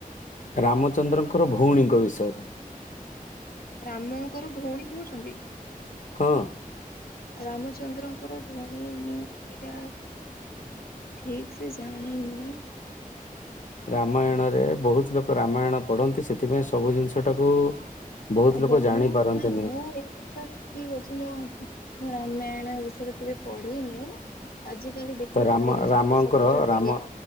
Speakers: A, on the left; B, on the left.
A: ରାମଚନ୍ଦ୍ରଙ୍କର ଭଉଣୀଙ୍କ ବିଷୟରେ।
B: ରାମଙ୍କର ଭଉଣୀ କହୁଛନ୍ତି।
A: ହଁ।
B: ରାମଚନ୍ଦ୍ରଙ୍କର ଭଉଣୀ ମୁଁ ଏଇଟା ଠିକ ସେ ଜାଣିନି।
A: ରାମାୟଣରେ ବହୁତ ଲୋକ ରାମାୟଣ ପଢନ୍ତି ସେଥିପାଇଁ ସବୁ ଜିନିଷ ଟାକୁ ବହୁତ
B: ଆଜ୍ଞା
A: ଲୋକ
B: ମୁଁ
A: ଜାଣି ପାରନ୍ତିନି
B: ନାଇଁ ମୁଁ ଏଇ ଜିନିଷ ଠିକ ଅଛି ମୁଁ ମୋ ରାମାୟଣ ଏ ସବୁ କେବେ ପଢିନି। ଆଜିକାଲି ଦେଖିବେ
A: ତ ରାମ
B: ଟେଲିଭିଜନରେ
A: ରାମଙ୍କର
B: ସବୁ ଯୋଉ
A: ରାମ
B: ଦିଏ